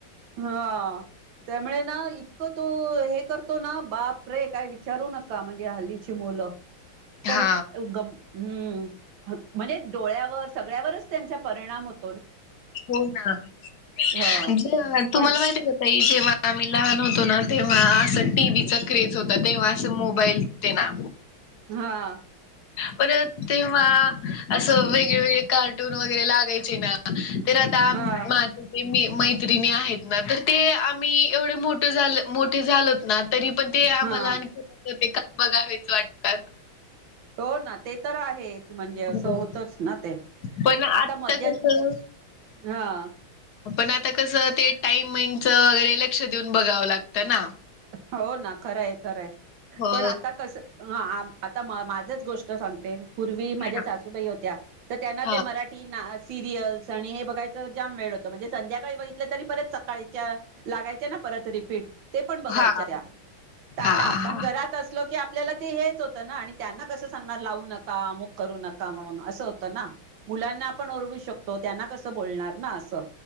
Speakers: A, on the right (about 65°); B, on the left (about 55°).
A: हा. त्यामुळे ना इतकं तो हे करतो ना बाप रे काय विचारू नका म्हणजे हल्लीची मुलं. पण
B: हा
A: गम हम्म म्हणे डोळ्यावर सगळ्यावरच त्यांचा परिणाम होत
B: हो ना जे
A: ह पण
B: तुम्हाला माहीती ये का ताई जेव्हा आम्ही लहान होतो ना तेव्हा असं टी व्ही चा क्रेज होता तेव्हा अस मोबाईल <unintelligible> ते ना.
A: हा.
B: परत तेव्हा असं वेगळे वेगळे कार्टून वगैरे लागायचे ना तर आता
A: हा
B: म माझ ते मी मैत्रिणी आहेत ना तर ते आम्ही एवढे मोठे झाल मोठे झालोत ना तरी पण ते आम्हाला
A: हा
B: आणखी <unintelligible> का बघावेच वाटतात.
A: हो नाते तर आहेत. म्हणजे असं
B: हो.
A: होतच ना ते
B: पण
A: आता मध्य
B: कसं
A: हा.
B: पण आता कसं ते टाइमिंगच वगैरे लक्ष देऊन बघावं लागतं ना.
A: हो ना खरंय खरंय
B: हो.
A: पण आता कस ह आ आता माझच गोष्ट सांगते पूर्वी माझ्या
B: हा
A: सासूबाई होत्या तर त्यांना
B: हा
A: ते मराठी सिरियल्स आणि हे बघायचं जाम वेळ होतं म्हणजे संध्याकाळी बघितलं तरी परत सकाळीच्या लागायचे ना परत रिपीट ते पण बघायच्या
B: हा हा.
A: त्या ते आता
B: हा
A: आपण घरात अस लो की आपल्याला ते हेच होत ना आणि त्यांना कसं सांगणार लावू नक का अमुक करू नका म्हणून असं होतं ना. मुलांना आपण ओरडू शकतो त्यांना कसं बोलणार ना असं